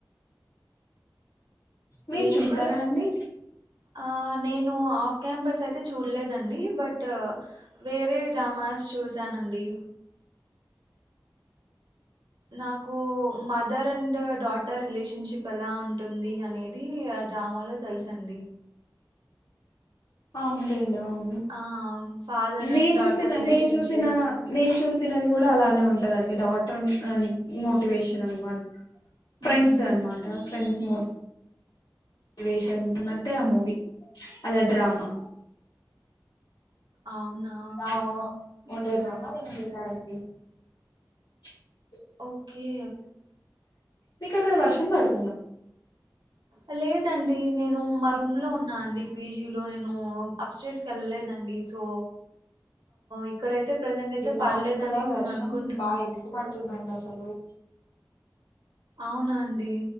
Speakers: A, on the left; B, on the right.
A: మీరు
B: నేను
A: చూసారా
B: కూడా
A: అండి
B: ఆ నేను ఆఫ్ క్యాంపస్ అయితే చూడలేదండి బట్ వేరే డ్రామాస్ చూసానండి నాకు మదర్ అండ్ డాటర్ రిలేషన్షిప్ ఎలా ఉంటుంది అనేది ఆ డ్రామాలో తెలుసండి
A: అవునులేండి అవును
B: ఆ ఫాదర్
A: నేను
B: అండ్ డాటర్
A: చూసిన
B: రిలేషన్షిప్
A: నేను చూసిన నేను చూసినది కూడా అలానే ఉంటదండి డాట్ మోటివేషన్ అన్మా ఫ్రెండ్స్
B: ఉమ్
A: అనమాట ఫ్రెండ్స్ మోడ్ వేషన్న్నట్టే ఆ మూవి అదే డ్రామా
B: అవునా
A: ఆ
B: ఉమ్,
A: ఉండే డ్రామ నేం జ జటి <unintelligible>
B: ఓకే
A: మీకక్కడ వర్షం పడు
B: అలా <unintelligible> ండి నేను మా రూమ్ లో ఉన్నా అండి పీజీ లో నేను అప్స్టైర్స్ కి వెళ్ళలేదండి సో ఇక్కడైతే ప్రజెంట్ అయితే
A: ఈ మాకు
B: పడలేదని
A: ఇక్కడ
B: నేను
A: వర్షం
B: అనుకుంటున్నా
A: బాగా
B: అండి
A: ఎక్కువ పడుతుందండి అసలు చలం <unintelligible>
B: అవునా అండి